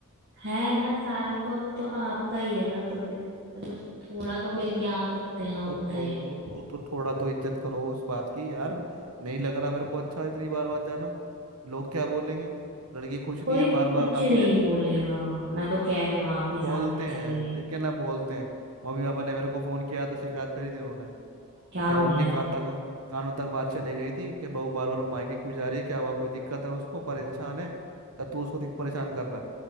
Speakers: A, on the right; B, on the right.
A: है ना सारा तो अब तो आपका ही है ना तो फिर मतलब थोड़ा तो मिलके आ सकते हैं ना
B: तो
A: उनसे
B: तो तो, तो, तो थोड़ा तो इज्जत करो उस बात की यार नहीं लग रहा मेरे को अच्छा इतनी बार बार जाना लोग क्या बोलेंगे लड़की खुश नहीं
A: कोई
B: है
A: कुछ
B: बार बार आती
A: नहीं
B: रहती
A: बोलेगा
B: है
A: मैं तो कह रही हूँ आप भी साथ
B: बोलते
A: में चलिए
B: हैं देखे ना बोलते हैं मम्मी पापा ने मेरे को फोन किया तो शिकायत करी थी उन्होंने
A: क्या
B: क्या
A: बोल
B: उनके
A: रहे
B: कान
A: थे
B: तक कानों तक बात चली गई थी कि बहू बार बार मायके क्यों जा रही है क्या हुआ कोई दिक्कत है उसको परेशान है या तू उसको दिक- परेशान कर रहा है